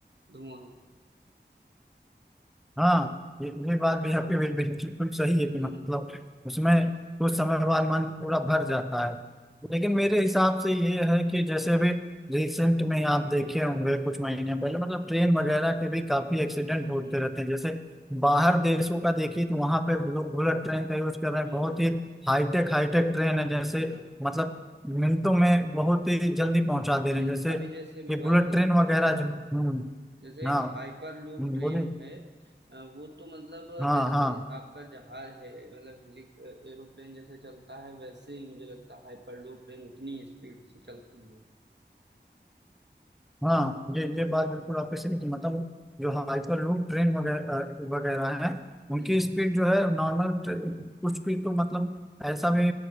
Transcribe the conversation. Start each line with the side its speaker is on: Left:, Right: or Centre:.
Right: धुआं
Centre: हाँ ये ये बात भी आपकी बिल- बिल- बिल्कुल सही
Right: <laughs>
Centre: है कि मतलब उसमें कुछ समय बाद मन पूरा भर जाता है लेकिन
Right: जी
Centre: मेरे हिसाब से ये है कि जैसे अभी रिसेंट में आप देखे होंगे कुछ महीने पहले मतलब ट्रेन वगैरह के भी काफी एक्सीडेंट होते
Right: हम्म
Centre: रहते हैं जैसे बाहर देशों का देखिए तो वहां पे लोग बुलेट ट्रेन का यूज कर रहे हैं
Right: बिल्कुल
Centre: बहुत ही हाईटेक हाईटेक ट्रेन है जैसे
Right: हाँ
Centre: मतलब मिनटों में बहुत ही जल्दी पहुंचा दे
Right: जी
Centre: रहे हैं
Right: जी
Centre: जैसे
Right: अभी जैसे मैं
Centre: ये
Right: बात
Centre: बुलेट
Right: करूँ
Centre: ट्रेन वगैरह
Right: हाँ
Centre: जो हम्म
Right: जैसे एक
Centre: हाँ
Right: हाइपर लूप
Centre: हम्म,
Right: ट्रेन
Centre: बोलिए
Right: है अ, वो तो मतलब अ,
Centre: हाँ
Right: जैसे
Centre: हाँ
Right: आपका जहाज है मतलब हेली एरोप्लेन जैसे चलता है वैसे ही मुझे लगता है हाइपर लूप ट्रेन उतनी ही स्पीड से चलती है
Centre: हाँ ये ये बात बिल्कुल आपके सही कि मतलब जो हाइपर लूप ट्रेन वगैरह वगैरह हैं
Right: हम्म
Centre: उनकी स्पीड जो है नॉर्मल कुछ भी तो मतलब ऐसा भी